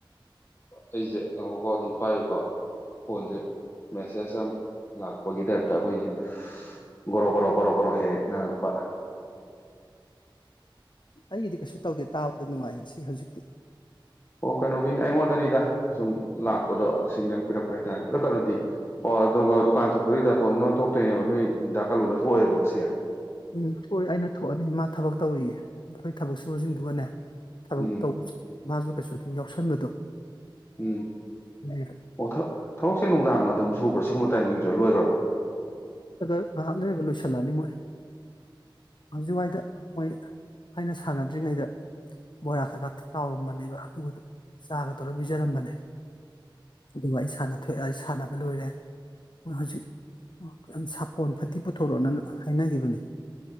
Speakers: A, on the left; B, on the left.
A: ꯑꯩꯁꯦ ꯉꯀꯥꯎ ꯑꯗꯨꯝ ꯄꯥꯏꯌꯨꯀꯣ ꯐꯣꯟꯁꯦ ꯃꯦꯁꯦꯖ ꯑꯃ ꯂꯥꯛꯄꯒꯤ ꯇꯥꯏꯞꯇ ꯑꯩꯈꯣꯏꯒꯤ ꯒꯣꯔꯣ ꯒꯣꯔꯣ ꯣꯔꯣ ꯣꯔꯣ ꯍꯦꯛ ꯅꯪꯉꯛꯄ
B: ꯑꯩꯒꯤꯗꯤ ꯀꯩꯁꯨ ꯇꯧꯗꯦ ꯇꯥꯕ ꯑꯗꯨ ꯅꯨꯡꯉꯥꯏꯁꯤ ꯍꯧꯖꯤꯛꯇꯤ
A: ꯑꯣ ꯀꯩꯅꯣꯒꯤꯅꯦ ꯑꯩꯉꯣꯟꯗꯅꯤꯗ ꯁꯨꯝ ꯂꯥꯛꯄꯗꯣ ꯁꯤꯒꯅꯦꯜ ꯄꯤꯔꯛꯄ ꯍꯥꯏꯇꯥꯔꯦ ꯑꯗꯣ ꯀꯩꯅꯣꯗꯤ ꯑꯣ ꯑ ꯗꯨꯀꯥꯟ ꯊꯣꯛꯄꯗꯨ ꯗꯥꯇꯣꯟꯣꯏ ꯊꯣꯛꯇꯣꯏꯅꯦꯕ ꯅꯣꯏ ꯏꯟꯗ ꯀꯂꯨꯅ ꯊꯣꯛꯑꯦꯕ ꯉꯁꯤꯦ
B: ꯎꯝ ꯊꯣꯛꯑ ꯑꯩꯅ ꯊꯣꯛꯑꯅꯤ ꯃꯥ ꯊꯕꯛ ꯇꯧꯔꯤꯌꯦ ꯑꯩꯈꯣꯏ ꯊꯕꯛ ꯁꯨꯕꯁꯤꯡꯗꯨꯒꯅꯦ ꯊꯕꯛ
A: ꯎꯝ
B: ꯇꯧꯕ ꯃꯥꯁꯨ ꯀꯩꯁꯨ ꯑꯗꯨꯝ ꯌꯥꯎꯁꯟꯕꯗꯣ
A: ꯎꯝ
B: ꯎꯝ, ꯉꯥꯏꯍꯥꯛ
A: ꯑꯣ ꯊꯕꯛꯁꯦ ꯅꯨꯡꯗꯥꯡ ꯑꯗꯨꯝ ꯁꯨꯕ꯭ꯔꯥ ꯁꯤꯒꯨꯝꯕ ꯇꯥꯏꯃꯤꯡ ꯂꯨ ꯂ
B: ꯉꯥꯏꯍꯥꯛ ꯂꯩꯔꯒ ꯂꯣꯏꯁꯤꯜꯂꯛꯑꯅꯤ ꯃꯣꯏ ꯍꯧꯖꯤꯛꯋꯥꯏꯗ ꯃꯣꯏ ꯑꯩꯅ ꯁꯥꯟꯅꯗ꯭ꯔꯤꯉꯩꯗ ꯕꯣꯔꯥ ꯀꯩꯀꯥ ꯇꯥꯎꯔꯝꯕꯅꯦꯕ ꯑꯗꯨꯒꯗꯨ ꯆꯥꯒ ꯇꯧꯔ ꯄꯤꯖꯔꯝꯕꯅꯦ ꯑꯗꯨꯒ ꯑꯩ ꯁꯥꯟꯅ ꯊꯣꯛꯑꯦ ꯑꯩ ꯁꯥꯟꯅꯕ ꯂꯣꯏꯔꯦ ꯃꯣꯏ ꯍꯧꯖꯤꯛ ꯑꯣ ꯌꯥꯝ ꯁꯥꯄꯣꯟ ꯐꯗꯤ ꯄꯨꯊꯣꯔꯛꯑꯣꯅ ꯍꯥꯏꯅꯈꯤꯕꯅꯦ